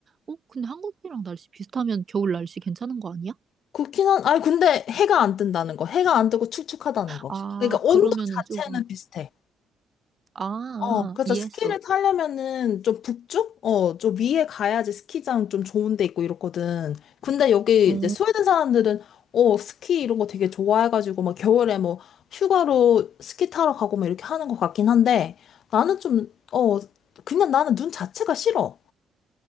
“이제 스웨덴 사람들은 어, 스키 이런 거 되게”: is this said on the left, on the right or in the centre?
Left